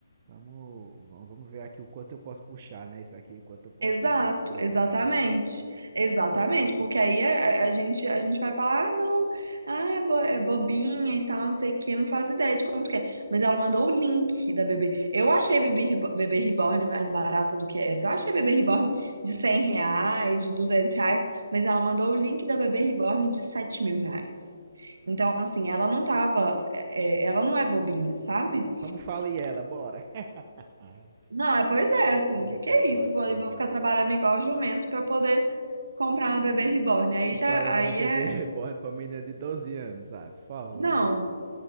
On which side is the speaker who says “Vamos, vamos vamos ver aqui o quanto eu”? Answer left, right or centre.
Right